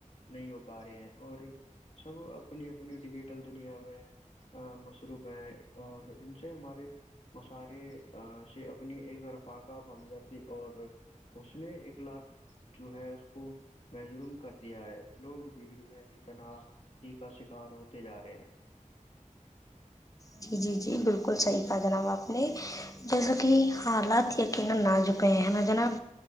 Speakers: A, on the left (about 50°); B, on the left (about 25°).
A: نہیں ہو پا رہے ہیں اور سب اپنی اپنی ڈیجیٹل دنیا میں روپ ہیں اور ان سے ہمارے مسارے سے اپنی ایک رفاقہ پمدر دی اور اس نے الاق جو ہے اس کو محروم کر دیا ہے لوگ بھیڑ میں بھی تناہ ہی کا شکار ہوتے جا رہے ہیں
B: جی جی جی بالکل صحیح کہا جناب آپ نے جیسا کہ حالات یقینا نہ جکے ہیں نا جناب